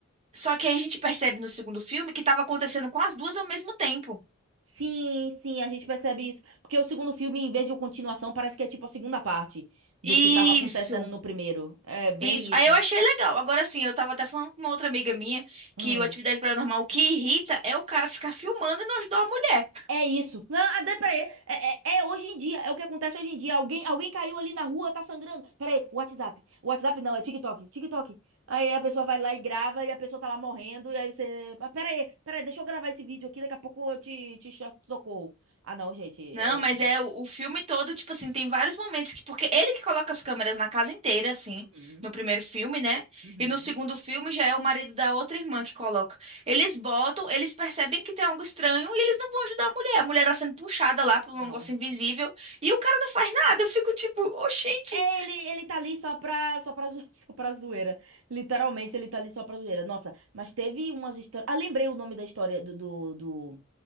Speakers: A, on the right; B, on the right.
A: Só que aí a gente percebe no segundo filme que estava acontecendo com as duas ao mesmo tempo.
B: Sim, sim, a gente percebe isso. Porque o segundo filme, em vez de uma continuação, parece que é tipo a segunda parte do
A: Isso,
B: que estava acontecendo no primeiro. É bem
A: isso. Aí
B: isso.
A: eu achei legal. Agora sim, eu tava até falando com uma outra amiga minha
B: Hum.
A: que o Atividade Paranormal o que irrita é o cara ficar filmando e não ajudar a mulher.
B: É isso. Não, ah, dê- peraí. É, é, é hoje em dia. É o que acontece hoje em dia. Alguém, alguém caiu ali na rua, tá sangrando. Peraí, WhatsApp. WhatsApp não, é TikTok. TikTok. Aí a pessoa vai lá e grava e a pessoa tá lá morrendo. E aí você. Ah, peraí, peraí, deixa eu gravar esse vídeo aqui. Daqui a pouco eu te, te cho- socorro. Ah, não, gente. é-
A: Não, mas
B: é,
A: é o, o filme todo, tipo assim, tem vários momentos que, porque ele que coloca as câmeras na casa inteira, assim,
B: Uhum,
A: no primeiro filme, né?
B: uhum.
A: E no segundo filme já é o marido da outra irmã que coloca. Eles botam, eles percebem que tem algo estranho e eles não vão ajudar a mulher. A mulher tá sendo puxada lá por
B: Não.
A: um negócio invisível e o cara não faz nada. Eu fico tipo, oxente,
B: É, ele, ele tá ali só pra, só pra, zo- <laughs> só pra zoeira. Literalmente, ele tá ali só pra zoeira. Nossa, mas teve umas histórias. Ah, lembrei o nome da história do, do, do,